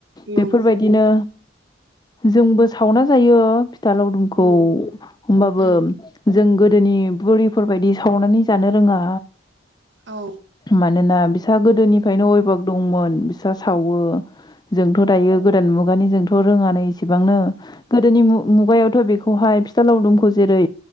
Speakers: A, on the left; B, on the right.
A: बेफोरबायदिनो,
B: औ ओं
A: जोंबो सावना जायो फिथा लावदुमखौ
B: उम
A: होमबाबो
B: उम
A: जों गोदो दोनि बुरिफोरबायदि सावनानै जानो रोङा
B: औ
A: मानोना बिसोर बिसा गोदोनिफायनो अयभाक दंमोन बिसा सावो जोंथ दायो गोदान मुगायाव खुगानि जोंथ रोङानै इसेबांनो गोदोनि मुग मुगायावथ बे खौहाय फिथा लावदुमखौ जेरै